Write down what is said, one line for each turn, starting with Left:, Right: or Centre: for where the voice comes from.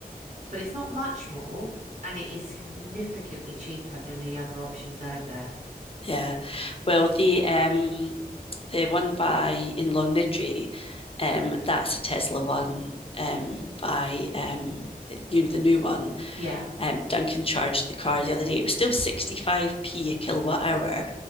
Right: but it's not much more, and it is significantly cheaper than the other options out there.
Left: yeah. Well, the um the one by in Longniddry, um, that's a Tesla one, um, by um, you know, the new one
Right: Yeah,
Left: Um, Duncan charged the car the other day. It was still 65p a kilowatt hour,